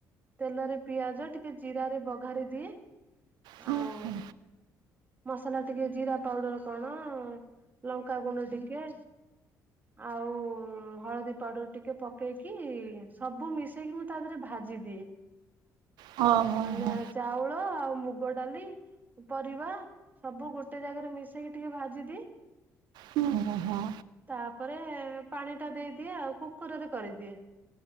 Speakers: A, on the right; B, on the right.
A: ତେଲରେ ପିଆଜ ଟିକେ ଜିରାରେ ବଘାରି ଦିଏ
B: ହଁ
A: ଆଉ
B: ହଁ।
A: ମସଲା ଟିକେ ଜିରା ପାଉଡର କଣ ଲଙ୍କା ଗୁଣ୍ଡ ଟିକେ ଆଉ ହଳଦୀ ପାଉଡର ଟିକେ ପକେଇକି ସବୁ ମିଶେଇକି ମୁ ତା ଦେହରେ ଭାଜିଦିଏ
B: ହଁ ହଁ
A: ମାନେ
B: ହଁ
A: ଚାଉଳ ଆଉ ମୁଗ ଡାଲି ପରିବା ସବୁ ଗୋଟେ ଜାଗାରେ ମିଶେଇକି ଟିକେ ଭାଜିଦି
B: ହୁଁ ହଁ ହଁ।
A: ତାପରେ ପାଣି ଟା ଦେଇଦିଏ ଆଉ କୁକୁରରେ କରିଦିଏ।